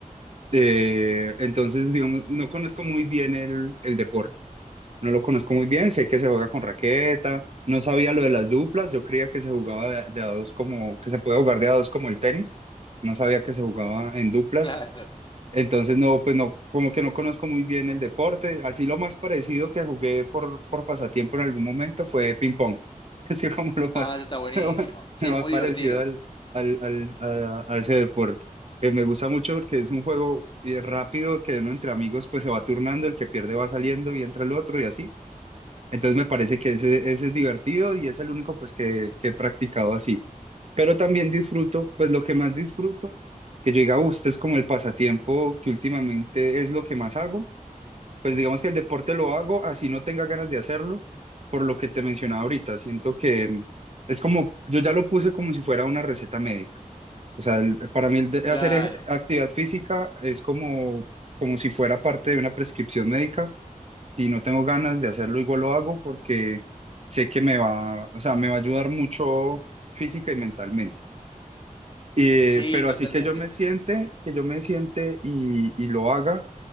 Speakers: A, on the right; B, on the left.
A: eh, entonces, digamos, no conozco muy bien el, el deporte. No lo conozco muy bien, sé que se juega con raqueta, no sabía lo de las duplas, yo creía que se jugaba de, de a dos como, que se puede jugar de a dos como el tenis, no sabía que se jugaba en duplas,
B: Claro.
A: entonces no, pues no, como que no conozco muy bien el deporte, así lo más parecido que jugué por, por pasatiempo en algún momento fue ping pong, <laughs> así como lo más,
B: Ah, eso está
A: <laughs>
B: buenísimo.
A: lo más,
B: Sí,
A: lo
B: es
A: más
B: muy
A: parecido
B: divertido.
A: al, al, al, a, a ese deporte. que me gusta mucho porque es un juego eh, rápido que uno entre amigos pues se va turnando, el que pierde va saliendo y entra el otro y así. Entonces me parece que ese, ese es divertido y es el único pues que, que he practicado así. Pero también disfruto, pues lo que más disfruto, que yo diga, "Uh, este es como el pasatiempo que últimamente es lo que más hago. Pues digamos que el deporte lo hago así no tenga ganas de hacerlo, por lo que te mencionaba ahorita. Siento que mm, es como, yo ya lo puse como si fuera una receta médica. O sea, el- para mí el de-
B: Claro.
A: hacer e- actividad física es como, como si fuera parte de una prescripción médica si no tengo ganas de hacerlo, igual lo hago porque sé que me va, o sea, me va a ayudar mucho física y mentalmente. Eh,
B: Sí,
A: pero
B: totalmente.
A: así que yo me siente, que yo me siente y, y lo haga